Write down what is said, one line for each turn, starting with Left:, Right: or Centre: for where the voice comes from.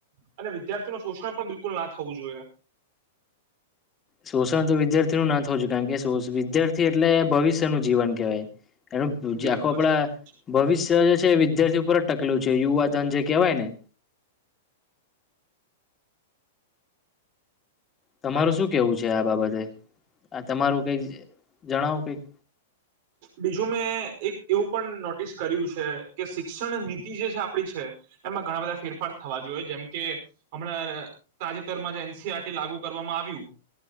Right: અને વિદ્યાર્થી નુ શોષણ પણ બિલકુલ ના થવું જોઈએ.
Left: શોષણ તો વિદ્યાર્થીઓ નુ ના થવું જોઈએ કારણ કે વિદ્યાર્થી એટલે ભવિષ્ય ન જીવન કહેવાય, એનું જે
Right: બિલકુલ
Left: આખું આપણા
Right: સાચી વાત
Left: ભવિષ્ય જે છે વિદ્યાર્થી ઉપર જ ટકેલું છે, યુવાધન જે કહેવાય ને.
Right: છે
Left: તમારે શું કેવું છે? બાબતે આ તમારું કઈ જણાવો, કંઈક.
Right: બીજું મેં એક એવું પણ નોટિસ કર્યું છે કે શિક્ષણ નીતિ જે આપડી છે એમાં ઘણા બધા ફેરફાર થવા જોઈએ, જેમ કે હમણાં તાજેતરમાં જે એનસીઆરટી લાગુ કરવામાં આવ્યું